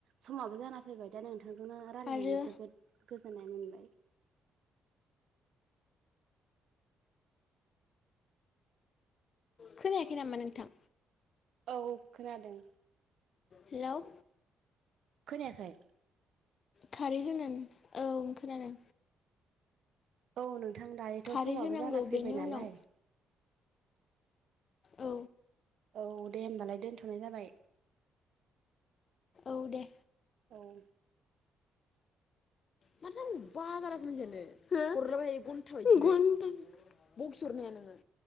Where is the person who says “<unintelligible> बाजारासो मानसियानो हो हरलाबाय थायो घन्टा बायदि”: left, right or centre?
Left